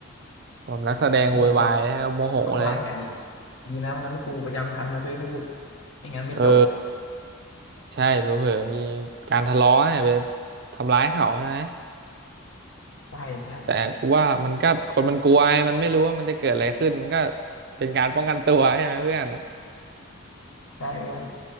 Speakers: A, on the right; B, on the left.
A: ผมนักแสดงโวยวายนะครับโมโหเลย
B: โมโหแบบ ไวุนวายใหญ่ดีนะวันนั้นครูประจำชั้นมาช่วยพูดไม่งั้นไม่จบ
A: เออ ใช่เผลอๆมีการทะเลาะเนี่ยไปทำร้ายเขาใช่ไหม
B: ใช่ใช่
A: แต่กูว่ามันก็คนมันกลัวไงมันไม่รู้ว่ามันจะเกิดอะไรขึ้นมันก็เป็นการป้องกันตัวใช่ไหมเพื่อน
B: ใช่เพื่อน